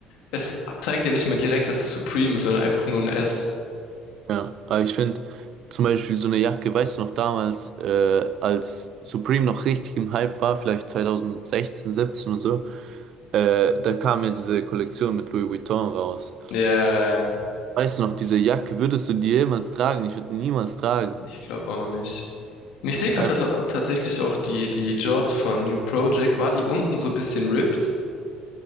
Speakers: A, on the left; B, on the right.
A: es zeigt ja nicht mal direkt, dass es Supreme ist, sondern einfach nur ein S.
B: Ja, aber ich finde zum Beispiel so eine Jacke, weißt du noch damals, äh, als Supreme noch richtig im Hype war, vielleicht 2016, 17 und so, äh, da kam ja diese Kollektion mit Louis Vuitton raus.
A: Ja,
B: Weißt du noch, diese Jacke würdest du die jemals tragen? Ich würde die niemals tragen.
A: ich glaube auch nicht. Und ich sehe gerade
B: Ähm,
A: ta tatsächlich auch die, die Jorts von New Project. War die unten so ein bisschen ripped?